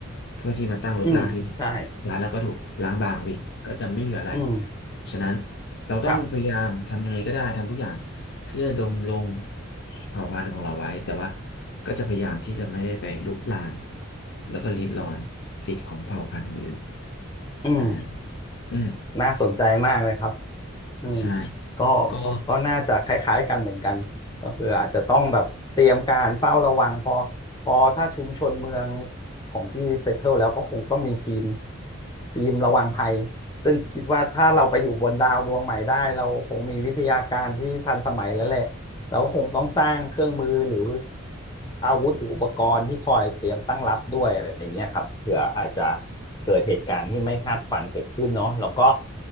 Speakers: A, on the left (about 55°); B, on the left (about 20°).
A: เพื่อที่มาตั้งรกรากที่นี่
B: อืมใช่
A: ร้านเราก็ถูกล้างบางไปอีกก็จะไม่เหลืออะไร
B: อืม
A: ฉะนั้นเราต้องพยายามทำยังไงก็ได้ทำทุกอย่าง
B: ครับ
A: เพื่อดำรงเผ่าพันธุ์ของเราไว้แต่ว่าก็จะพยายามที่จะไม่ได้ไปรุกรานแล้วก็ริดรอนสิทธิ์ของเผ่าพันธุ์อื่นๆอ่า
B: อืม
A: อืม
B: น่าสนใจมากเลยครับ อืม
A: ใช่
B: ก็
A: ก็
B: ก็น่าจะคล้ายๆกันเหมือนกันก็คืออาจจะต้องแบบเตรียมการเฝ้าระวังพอพอถ้าชุมชนเมืองของที่เซ t ตเทิลแล้วก็คงต้องมีทีมทีมระวังภัยซึ่งคิดว่าถ้าเราไปอยู่บนดาวดวงใหม่ได้เราคงมีวิทยาการที่ทันสมัยแล้วแหละเราก็คงต้องสร้างเครื่องมือหรืออาวุธหรืออุปกรณ์ที่คอยเตรียมตั้งรับด้วยอะไรอย่างเงี้ยครับเผื่ออาจจะเกิดเหตุการณ์ที่ไม่คาดฝันเกิดขึ้นเนาะแล้วก็